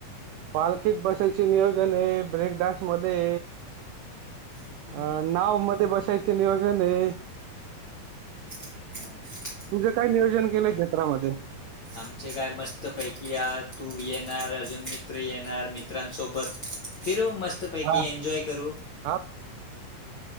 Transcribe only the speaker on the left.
हम्म.
<inaudible>
आमचे काय मस्त पैकी आज तू येणार अजून मित्र येणार मित्रांसोबत फिरू मस्त मस्त पैकी
एन्जॉय करू.